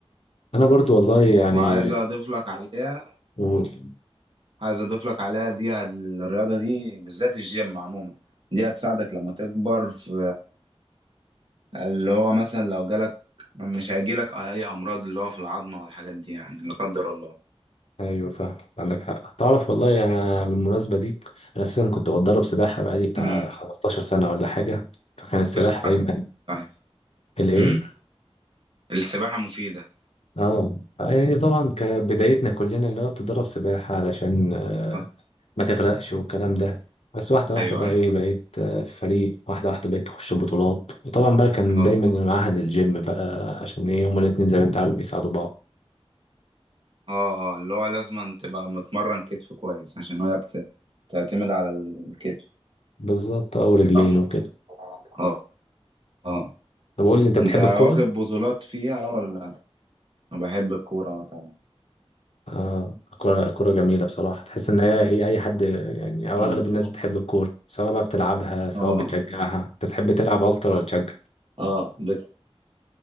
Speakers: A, on the left; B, on the right.
A: انا برضو والله يعني
B: وعايز اضيف لك عليها
A: قول
B: عايز اضيف لك عليها دي هت- الرياضه دي بالذات الجيم عموما دي هتساعدك لما تكبر في اللي هو مثلا لو جالك مش هيجيلك اي امراض اللي هو في العظمه والحاجات دي يعني لا قدر الله
A: ايوه فاهم عندك حق تعرف والله انا بالمناسبة دي انا اساسا كنت بتدرب سباحة بقالي بتاع
B: امم
A: 15 سنة ولا حاجة فكان السباحة
B: والسباحه
A: دايما
B: ايوه
A: الايه
B: امم السباحه مفيده
A: اه آه، يعني طبعا كبدايتنا كلنا اللي هو بتدرب سباحة علشان آه،
B: آه،
A: ما تغرقش والكلام ده بس واحدة واحدة
B: ايوه
A: بقى
B: ايوه
A: ايه بقيت آه، في فريق واحدة واحدة بقيت تخش بطولات وطبعا بقى كان
B: اه
A: دايما المعهد الجيم بقى عشان ايه هما الاتنين زي ما انت عارف بيساعدوا بعض
B: اه اه اللي هو لازم تبقى متمرن كتف كويس عشان هي بت- بتعتمد على الكتف
A: بالظبط اه ورجلين
B: صح
A: وكده
B: اه اه
A: طب قول لي انت بتحب
B: انت واخد
A: الكورة؟
B: بطولات فيها ولا بحب الكورة اه طبعا
A: اه الكورة الكورة جميلة بصراحة تحس ان هي ايه اي حد يعني او
B: أمم.
A: اغلب الناس بتحب الكورة سواء بقى بتلعبها سواء
B: اه
A: بتشجعها انت بتحب تلعب اكتر ولا تشجع؟
B: اه بت...